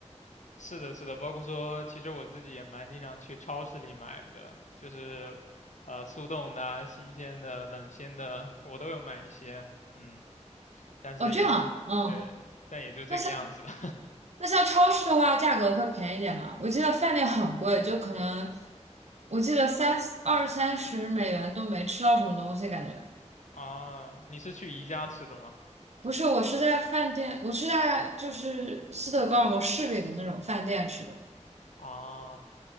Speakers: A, on the left (about 80°); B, on the right (about 65°).
A: 是的，是的，包括说，其实我自己也蛮经常去超市里买的，就是，呃，速冻的啊新鲜的、冷鲜的，我都有买一些，嗯，但是也，
B: 哦，这样啊，嗯。
A: 对，但也就这个样子了。
B: 那像。那像超市的话，价格会便宜点吗？我记得饭店很贵，就可能我记得三二三十美元都没吃到什么东西，感觉
A: <laughs> 啊，你是去宜家吃的吗？
B: 不是。我是在饭店，我是在就是斯德哥尔摩市里的那种饭店吃的，
A: 啊，